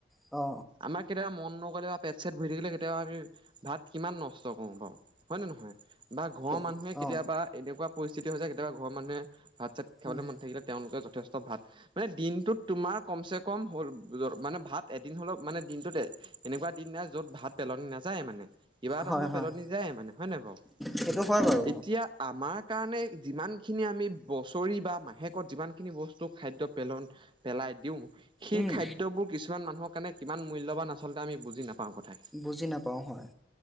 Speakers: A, in the centre; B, on the right.
A: অ।
B: আমাৰ কেতিয়াবা মন নগ'লে বা পেট-চেট ভৰি থাকিলে কেতিয়াবা আমি ভাত কিমান নষ্ট কৰো বাও। হয় নে নহয় বা ঘৰৰ
A: সেই
B: মানুহে কেতিয়াবা
A: অ
B: এনেকুৱা পৰিস্থিতি হৈ যায় কেতিয়াবা ঘৰৰ মানুহে ভাত-চাত খাবলে
A: উম
B: মন নাথাকিলে তেওঁলোকে যথেষ্ট ভাত মানে দিনটোত তোমাৰ কমচে কম হ মানে ভাত এদিন হ'লেও মানে দিনটোত এনেকুৱা দিন নাই য'ত ভাত পেলনি নাযায় মানে কিবা এটা
A: হয়
B: হ'লেও
A: হয়
B: পেলনি যায় মানে হয়ে নাই বাৰু? এ
A: সেইটো হয় বাৰু
B: এতিয়া আমাৰ কাৰণে যিমানখিনি আমি বছৰি বা মাহেকত যিমানখিনি বস্তু খাদ্য পেলন পেলাই দিও সেই
A: উম
B: খাদ্যবোৰ কিছুমান মানুহৰ কাৰণে কিমান মূল্যৱান আচলতে আমি বুজি নাপাও কথা
A: বুজি নাপাও হয়।